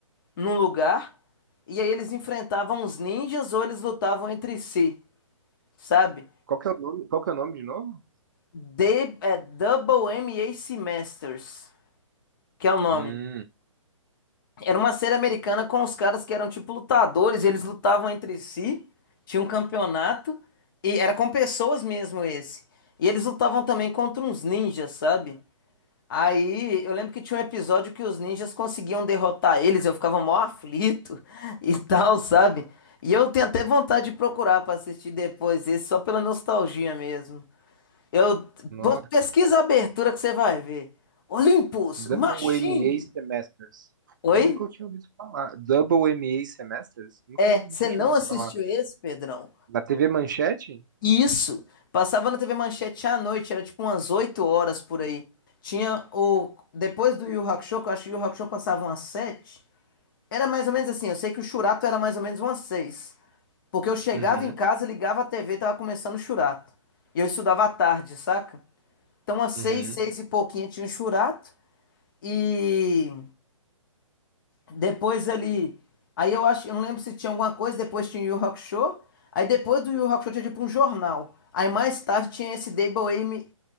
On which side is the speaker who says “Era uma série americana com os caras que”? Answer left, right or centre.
Left